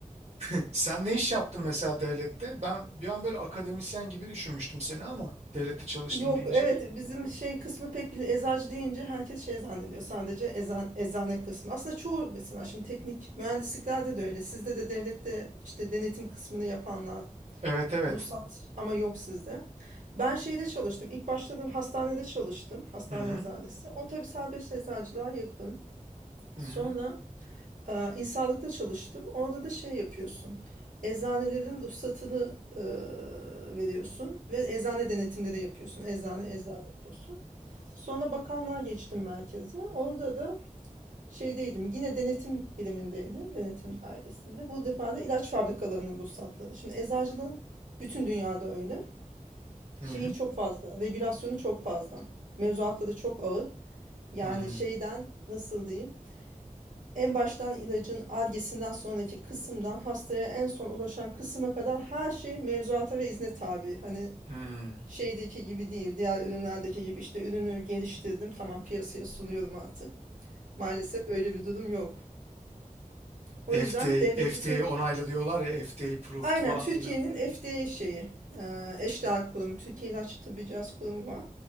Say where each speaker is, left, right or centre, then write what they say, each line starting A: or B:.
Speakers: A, on the right; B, on the right.
A: <laughs> Sen ne iş yaptın mesela devlette? Ben bir an böyle akademisyen gibi düşünmüştüm seni ama devlette çalıştım
B: Yok
A: deyince.
B: evet bizim şey kısmı pek bile eczacı deyince herkes şey zannediyor sadece ezan, eczane kısmı. Aslında çoğu mesela şimdi teknik mühendisliklerde de öyle. Sizde de devlette işte denetim kısmını yapanlar
A: Evet evet.
B: ruhsat ama yok sizde. Ben şeyde çalıştım. İlk başladığım hastanede çalıştım. Hastane
A: Hı hı.
B: eczanesi. O tabii serbest eczacılığa yakın.
A: Hı
B: Sonra
A: hı.
B: ee, İnsanlıkta çalıştım. Orada da şey yapıyorsun. Eczanelerin ruhsatını e, veriyorsun ve eczane denetimleri yapıyorsun. Eczane, eczane deposu. Sonra bakanlığa geçtim merkeze. Orada da şeydeydim. Yine denetim birimindeydim. Denetim dairesinde. Bu defa da ilaç fabrikalarının ruhsatları. Şimdi eczacılığın bütün dünyada öyle.
A: Hı
B: Şeyi
A: hı.
B: çok fazla. Regülasyonu çok fazla. Mevzuatları çok ağır. Yani
A: Hı
B: şeyden nasıl diyeyim? En baştan ilacın Ar-Ge'sinden sonraki kısımdan hastaya en son ulaşan kısma kadar her şey mevzuata ve izne tabi. Hani
A: hı.
B: şeydeki gibi değil, diğer ürünlerdeki gibi işte ürünü geliştirdim, tamam piyasaya sunuyorum artık. Maalesef öyle bir durum yok. O
A: FDA,
B: yüzden devletteki
A: FDA <laughs> onaylı diyorlar ya FDA approved
B: aynen
A: falan
B: Türkiye'nin
A: filan.
B: FDA şeyi, eee eşdeğer kurumu, Türkiye İlaç Tıbbi Cihaz Kurumu var.